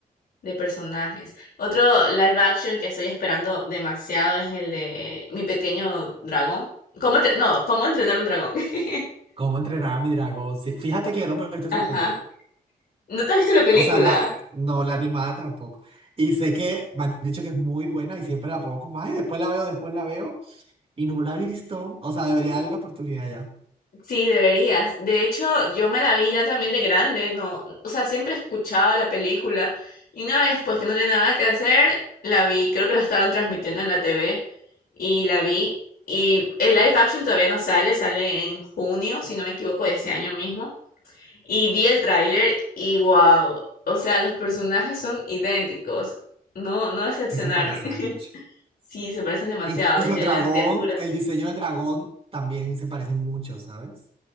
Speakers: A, on the left; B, on the right.
A: de personajes. Otro live action que estoy esperando demasiado es el de Mi Pequeño Dragón. ¿Cómo entre- No, ¿Cómo entrenar un dragón? <laughs>
B: ¿Cómo entrenar a mi dragón? Sí, fíjate que yo no me he visto esa
A: Ajá.
B: película.
A: ¿No te has visto la película?
B: O sea, la, no, la animada tampoco. Y sé que me han dicho que es muy buena y siempre la pongo como, ay, después la veo, después la veo. Y no la he visto. O sea, debería
A: Sí.
B: darle la oportunidad ya.
A: Sí, deberías. De hecho, yo me la vi ya también de grande, ¿no? O sea, siempre escuchaba la película. Y una vez, pues que no tenía nada que hacer, la vi. Creo que la estaban transmitiendo en la TV y la vi. Y el live action todavía no sale, sale en junio, si no me equivoco, de este año mismo. Y vi el tráiler y wow, o sea, los personajes son idénticos, no, no decepcionaron.
B: Sí se parecen
A: <laughs>
B: mucho.
A: Sí, se parecen demasiado,
B: E incluso
A: desde
B: el dragón,
A: las criaturas.
B: el diseño del dragón también se parece mucho, ¿sabes?